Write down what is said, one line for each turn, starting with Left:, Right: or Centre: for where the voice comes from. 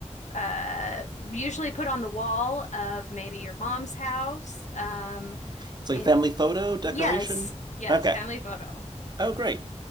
Left: uh, usually put on the wall of maybe your mom's house. Um,
Right: It's
Left: it
Right: like a family photo decoration.
Left: yes, yes,
Right: Okay.
Left: family photo.
Right: Oh great.